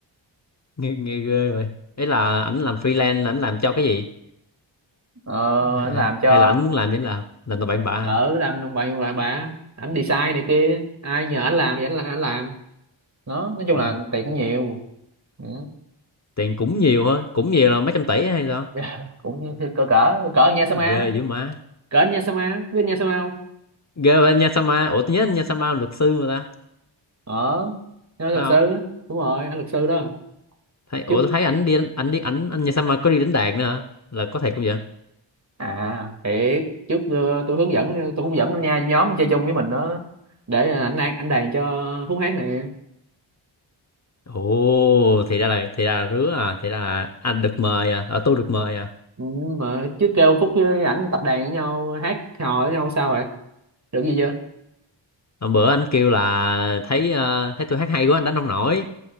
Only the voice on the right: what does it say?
ờ,
anh làm cho
ở làm đồng bằng lại bà ảnh design này kia ai nhờ anh làm thì anh, là- anh làm nó nói chung
là tiền cũng nhiều ừ.
<laughs> cũng cỡ cỡ cỡ anh nha Sama
cỡ anh nha Sama biết anh nha Sama không
ở nói luật
sư đúng rồi anh luật sư đó
trước
à thế trước ờ, tôi hướng dẫn tôi cũng dẫn anh nha nhóm anh chơi chung với mình đó để ờ, anh anh đàn cho Phúc hát nè
Ừ, mà chứ kêu Phúc với ảnh tập đàn với nhau hát hò với nhau sao rồi được gì chưa